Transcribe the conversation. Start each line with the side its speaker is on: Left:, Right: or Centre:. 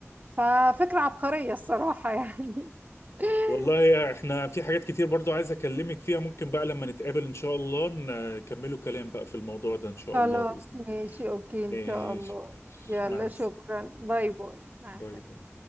Right: ففكرة عبقرية الصراحة يعني <laughs>
Left: والله احنا في حاجات كتير برضو عايز اكلمك فيها ممكن بقى لما نتقابل ان شاء الله نكملوا كلام بقى في الموضوع ده ان شاء
Right: خلاص
Left: الله بإذن
Right: ماشي
Left: الله
Right: اوكي ان
Left: ماشي
Right: شاء الله
Left: ماشي
Right: يلا
Left: مع السلامة
Right: شكرا باي باي مع
Left: باي
Right: السلامة
Left: باي